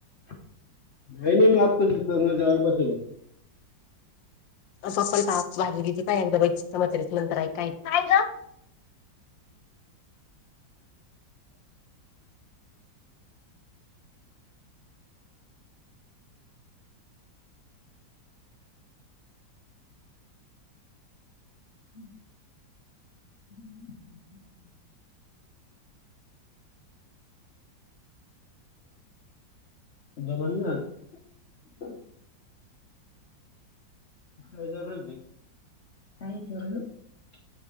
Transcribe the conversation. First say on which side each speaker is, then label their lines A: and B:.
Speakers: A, on the left; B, on the left.
A: नाही नाही मी आताच जाल पास
B: पप्पल पा भाजी घतीे पाय एकम समतरीस नंतरऐकायय का
A: हम् हम् जमन ना <unintelligible> <inaudible> बजल काय <unintelligible> <inaudible>